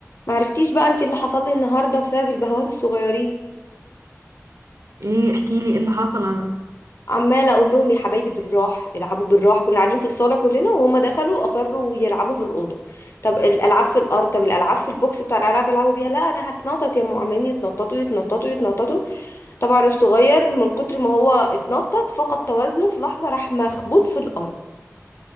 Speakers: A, on the left (about 55°); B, on the right (about 75°).
A: ما عرفتيش بقى انت اللي حصل لي النهارده بسبب البهوات الصغيرين
B: ايه احكي لي ايه اللي حصل انا
A: عماله اقول لهم يا حبايبي بالراح العبوا بالراح كنا قاعدين في الصاله كلنا وهم دخلوا اصروا يلعبوا في الاوضه طب الالعاب في الارض طب الالعاب في البوكس بتاع الالعاب يلعبوا بيها لا انا هتنطط يا ام عمالين يتنططوا يتنططوا يتنططوا طبعا الصغير من كتر ما هو اتنطط فقد توازنه في لحظه راح مخبوط في الارض